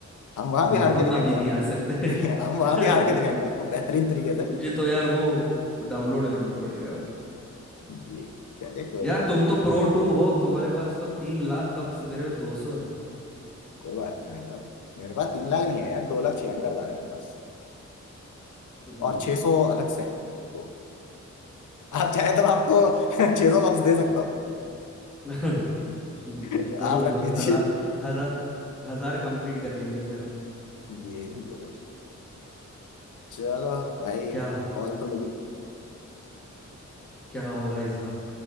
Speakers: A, on the left; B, in the centre.
A: हम वहां
B: नहीं
A: भी हार
B: हम
A: के दिखाएंगे
B: अभी नहीं
A: आपको
B: आ सकते
A: <laughs> नहीं हम वहां
B: <laughs>
A: भी
B: हमने
A: हार के दिखाएंगे आपको बेहतरीन तरीके
B: ये
A: से
B: मुझे तो यार वो डाउनलोड करना पड़ेगा
A: जी चलिए कोई
B: यार
A: नहीं
B: तुम तो प्रो टू हो तुम्हारे पास तो तीन लाख कप्स मेरे पे दो सौ है
A: कोई बात नहीं भाई साहब मेरे पास तीन लाख नहीं है यार दो लाख छियानवे हजार है मेरे पास
B: हम्म।
A: और छह सौ अलग से हैं तो आप चाहे तो मैं आपको <laughs> छह सौ वापस दे सकता हूँ
B: <laughs>
A: आप
B: जरूर
A: रख
B: जरूर
A: लीजिए
B: हजार हजार हजार कंप्लीट कर लेंगे फिर हम
A: जी जरूर चलो भाई
B: क्या
A: कॉल तो मिली
B: क्या होगा इस बार